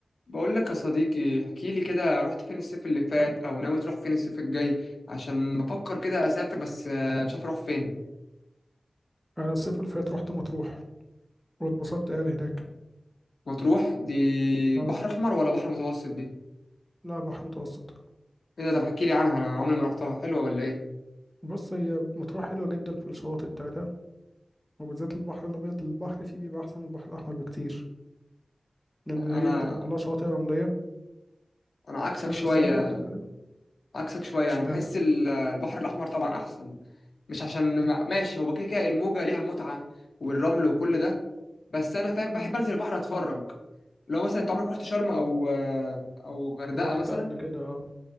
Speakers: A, on the left; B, in the centre.
A: بقول لك يا صديقي احكي لي كده رحت فين الصيف اللي فات او ناوي تروح فين الصيف الجاي عشان بفكر كده اسافر بس آه، مش عارف اروح فين
B: انا الصيف اللي فات رحت مطروح واتبسطت قوي هناك
A: مطروح دي
B: اه
A: بحر احمر ولا بحر متوسط دي
B: لا بحر متوسط
A: ايه ده طب احكي لي عنها انا عمري ما رحتها حلوه ولا ايه
B: بص هي مطروح حلوه جدا في الشواطئ بتاعتها وبالذات البحر الابيض البحر فيه بيبقى احسن من البحر الاحمر بكتير لان
A: انا
B: هي بتبقى كلها شواطئ رمليه
A: انا عكسك
B: انا
A: شويه
B: الصراحه رحت قبل كده
A: عكسك شويه
B: اشمعنى
A: انا بحس ال- البحر الاحمر طبعا احسن مش عشان ماشي هو كده كده الموجه ليها متعه والرمل وكل ده بس انا فاهم بحب
B: مم.
A: انزل البحر اتفرج لو مثلا انت عمرك رحت شرم او او غردقه
B: رحت
A: مثلا
B: قبل كده اه